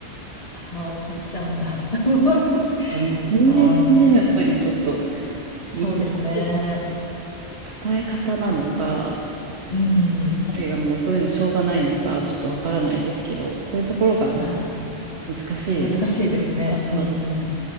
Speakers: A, on the left; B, on the right.
A: ああ、怒っちゃうんだ。<laughs>
B: なんかその辺もね、
A: ああ、
B: やっぱりちょっと難しい
A: そうですね。
B: 伝え方なのか、
A: うん。
B: あるいはもうそういうのしょうがないのか、ちょっとわからないですけど、そういうところがなんか
A: あ
B: 難しいです。
A: あ難しいですね。
B: あまあ
A: うん。